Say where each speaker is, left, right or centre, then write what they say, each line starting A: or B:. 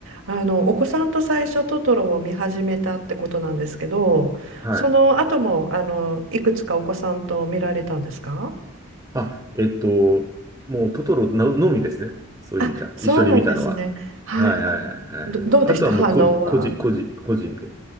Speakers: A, on the right; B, on the right.
A: あの、お子さんと最初トトロを見始めたってことなんですけど、
B: はい。
A: その後も、あの、いくつかお子さんと見られたんですか
B: あ、えっと、もうトトロの、のみですね。そういう意味じゃ。
A: あ、そうなんですね。
B: 一緒に見たのは。
A: はいはい。
B: はいはいはいはい。
A: ど、どうでした反応は。
B: あとはもうこ、個人、個人、個人で。